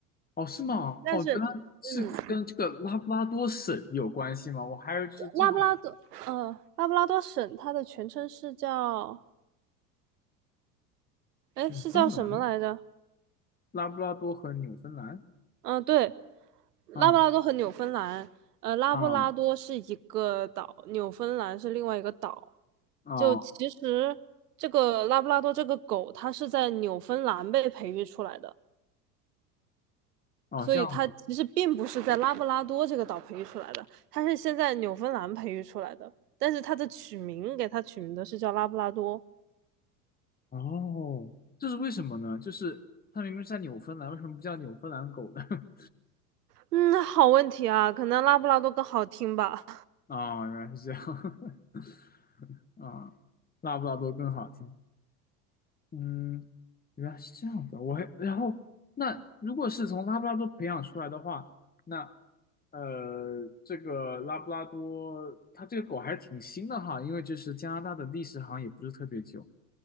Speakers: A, on the left; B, on the right.
A: 哦，是吗？
B: 但是，
A: 哦，原来是跟这个拉布拉多省有关系吗？
B: 嗯，
A: 我还有就是正好
B: 拉布拉多，呃，拉布拉多省它的全称是叫，哎，
A: 纽芬兰，
B: 是叫什么来着？
A: 拉布拉多和纽芬兰，
B: 嗯、对，拉布拉多和纽芬兰，
A: 啊
B: 呃，拉布拉多是一个岛，
A: 啊
B: 纽芬兰是另外一个岛。
A: 啊
B: 就其实这个拉布拉多这个狗，它是在纽芬兰被培育出来的，
A: 哦，
B: 所以它其实并不是在拉布拉多这个岛培育出来的，
A: 这样。子。
B: 它是先在纽芬兰培育出来的。但是它的取名给它取名的是叫拉布拉多。
A: 哦，这是为什么呢？就是它明明是在纽芬兰，为什么不叫纽芬兰狗呢？<laughs>
B: 嗯，好问题啊，可能拉布拉多更好听吧。
A: 啊、原来是这样。<laughs> 啊、拉布拉多更好听。嗯，原来是这样子啊。我还然后那如果是从拉布拉多培养出来的话，那呃，这个拉布拉多它这个狗还是挺新的哈，因为就是加拿大的历史好像也不是特别久。